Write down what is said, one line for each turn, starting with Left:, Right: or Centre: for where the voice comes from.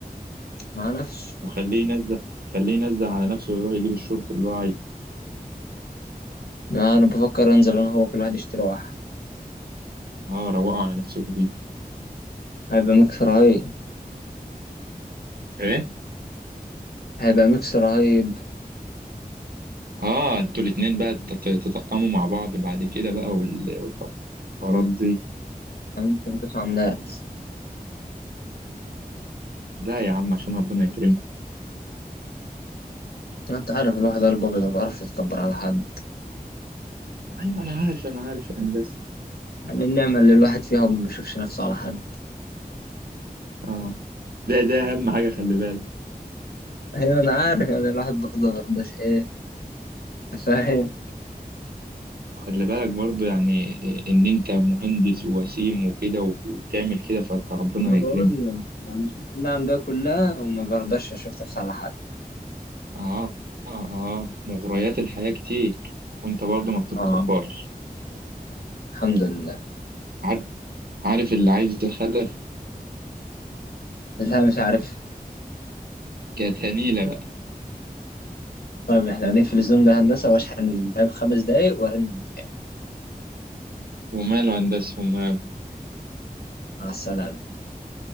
Left: مع نفسه
Right: وخليه ينزه خليه ينزه على نفسه ويروح يجيب الشورت اللي هو عايزه
Left: ما انا بفكر انزل انا هو كل واحد يشتري واحد
Right: اه روقوا على نفسكم كده
Left: هيبقى ميكس رهيب
Right: ايه
Left: هيبقى ميكس رهيب
Right: اه انتوا الاتنين بقى تت- تتطقموا مع بعض بعد كده بقى وال- والحوارات دي
Left: يعني ممكن ندوس على الناس
Right: لا يا عم عشان ربنا يكرمك
Left: انت عارف الواحد قلبه ابيض ما بيعرفش يتكبر على حد
Right: ايوه انا عارف انا عارف يا هندسه
Left: يعني النعمة اللي الواحد فيها وما بيشوفش نفسه على حد
Right: اه ده ده اهم حاجه خلي بالك
Left: ايوه انا عارف يعني الواحد برضه ما برضاش ايه فاهم
Right: خلي بالك برضو يعني ان انت مهندس ووسيم وكده وب- وبتعمل كده فانت ربنا
Left: انا
Right: هيكرمك
Left: بقول لك انا شفت النعم ده كلها وما برضاش اشوف نفسي على حد
Right: اه اه اه مغريات الحياه كتير وانت برضو ما بتتكبرش
Left: اه الحمد لله
Right: عار- عارف اللي عايز خلف
Left: لا مش عارف
Right: جات هنيله بقى
Left: طيب احنا هنقفل الزوم ده هندسه واشحن اللاب خمس دقايق وارن عليك تاني
Right: وماله يا هندسه وماله
Left: مع السلامه